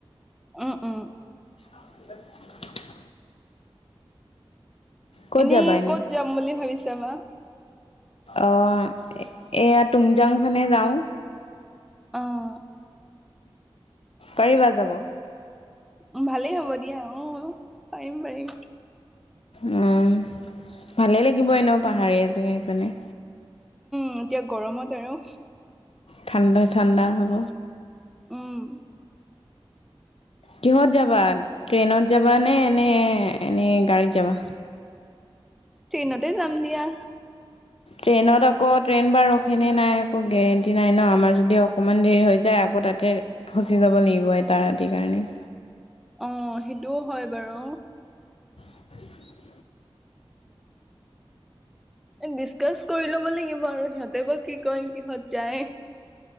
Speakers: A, in the centre; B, on the left.
A: উম, উম।
B: <inaudible> ক'ত
A: এনেই
B: যাবা এনে
A: ক'ত যাম বুলি ভাবিছা বা?
B: অ', এইয়া টুমজাংখনেই যাওঁ।
A: অ'।
B: পাৰিবা যাব?
A: উম, ভালেই হ'ব দিয়া অ' পাৰিম পাৰিম।
B: উম, ভালে লাগিব এনেও পাহাৰীয়া জেগা সেইফালে।
A: উম, এতিয়া গৰমত আৰু।
B: ঠাণ্ডা ঠাণ্ডা হ'ব।
A: উম।
B: কিহত যাবা ট্ৰেইনত যাবানে নে নে এনেই গাড়ীত যাবা?
A: ট্ৰেইনতে যাম দিয়া।
B: ট্ৰেইনত আকৌ ট্ৰেইন বা ৰখেনে নাই একো গেৰেণ্টি নাই ন, আমাৰ যদি অকণমান দেৰি হৈ যায় আকৌ আকৌ তাতে ফচি যাব লাগিব এটা ৰাতিৰ কাৰণে।
A: অ', সেইটোও হয় বাৰু।
B: <inaudible>
A: ডিচকাচ কৰি ল'ব লাগিব আৰু সিহঁতে বা কি কয় কিহত যায়।